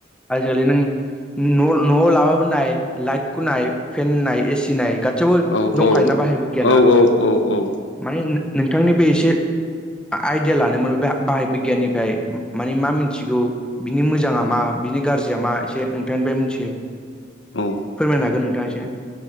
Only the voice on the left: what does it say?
औ
औ औ औ
औ